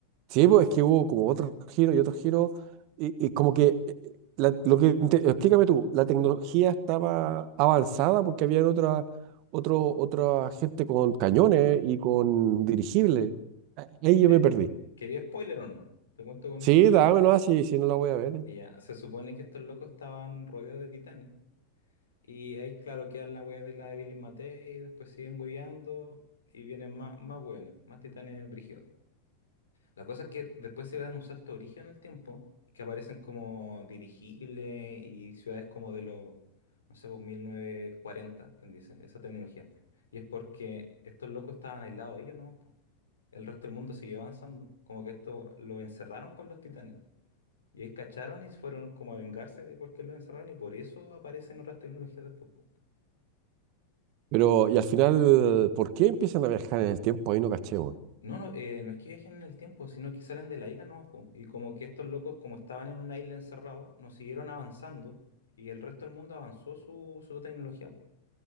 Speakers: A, on the right; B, on the left.
A: Sí, pues es que hubo como otros giros y otros giros, y, y como que, eh, eh, la- lo que, inte- explícame tú, la tecnología estaba avanzada porque había otra, otro, otra gente con cañones y con dirigibles. Ah, Ahí yo
B: Eh,
A: me perdí.
B: ¿quería spoiler o no? Te cuento con
A: Sí,
B: spoiler.
A: dámelo así, si no la voy a ver. eh.
B: Ya, se supone que estos locos estaban rodeados de titanes Y ahí, claro, queda la wea de la de Billy Matei, y después siguen hueveando y vienen más, más hueones, más titanes brígidos. La cosa es que después se dan un salto origen en el tiempo, que aparecen como dirigibles y ciudades como de los, no sé, pues 1940 quien dice, esa tecnología. Y es porque estos locos estaban aislados ellos nomás, po. El resto del mundo siguió avanzando. Como que esto lo encerraron con los titanes. Y ahí cacharon y fueron como a vengarse de por qué lo encerraron y por eso aparecen otras tecnologías después. po.
A: Pero, y al final, ¿por qué empiezan a viajar en el tiempo? Ahí no caché, weón.
B: No, no, eh, no es que viajen en el tiempo, sino que salen de la isla nomás, po. Y como que estos locos, como estaban en una isla encerrados, nos siguieron avanzando y el resto del mundo avanzó su, su tecnología, po.